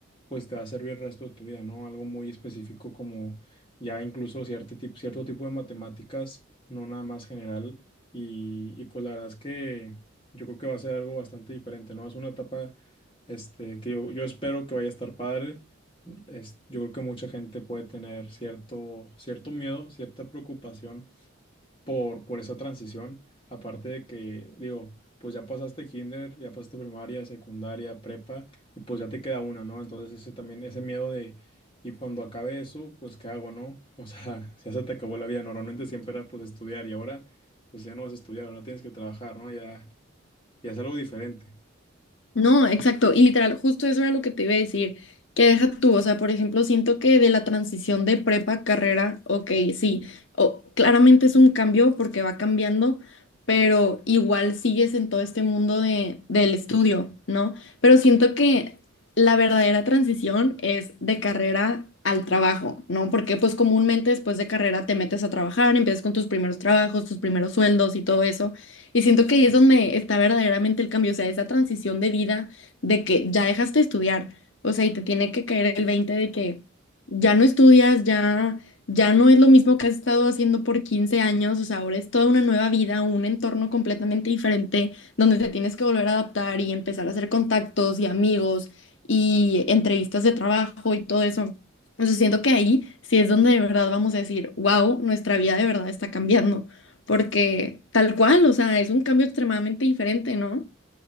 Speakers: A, on the left; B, on the left.
A: pues te va a servir el resto de tu vida, ¿no? Algo muy específico como ya incluso cierto tipo, cierto tipo de matemáticas, no nada más general. Y, y pues la verdad es que yo creo que va a ser algo bastante diferente, ¿no? Es una etapa este, que yo, yo espero que vaya a estar padre. Es, yo creo que mucha gente puede tener cierto, cierto miedo, cierta preocupación por, por esa transición. Aparte de que, digo, pues ya pasaste kinder, ya pasaste primaria, secundaria, prepa, y pues ya te queda una, ¿no? Entonces ese también, ese miedo de, y cuando acabe eso, pues ¿qué hago, no? O sea, <laughs> ya se te acabó la vida. Normalmente siempre era pues estudiar y ahora pues ya no vas a estudiar, ahora tienes que trabajar, ¿no? Ya, ya es algo diferente.
B: No, exacto. Y literal, justo eso era lo que te iba a decir. Que deja tú, o sea, por ejemplo, siento que de la transición de prepa a carrera, ok, sí, o, claramente es un cambio porque va cambiando, pero igual sigues en todo este mundo de, del estudio, ¿no? Pero siento que la verdadera transición es de carrera al trabajo, ¿no? Porque pues comúnmente después de carrera te metes a trabajar, empiezas con tus primeros trabajos, tus primeros sueldos y todo eso. Y siento que ahí es donde está verdaderamente el cambio, o sea, esa transición de vida de que ya dejaste de estudiar, o sea, y te tiene que caer el 20 de que ya no estudias, ya, ya no es lo mismo que has estado haciendo por 15 años, o sea, ahora es toda una nueva vida, un entorno completamente diferente, donde te tienes que volver a adaptar y empezar a hacer contactos y amigos y entrevistas de trabajo y todo eso. Entonces siento que ahí sí es donde de verdad vamos a decir, wow, nuestra vida de verdad está cambiando porque tal cual, o sea, es un cambio extremadamente diferente, ¿no?